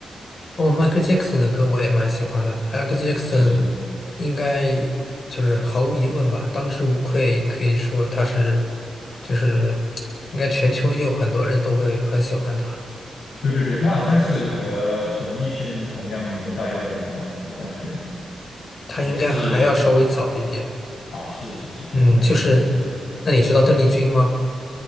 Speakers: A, on the left; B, on the left.
A: 哦迈克 c h a e 的歌我也蛮喜欢的。m 克 c h
B: 是。
A: a e 应该就是毫无疑问吧，当之无愧，可以说他是就是应该全球有很多人都会很喜欢他。
B: 对对对，他好像是和陈奕迅同样年代的人吧，我感觉
A: 他应该还要稍微早一点。
B: 还是啊，是是是，
A: 嗯，
B: 我感觉好像
A: 就是那你知道邓丽君吗？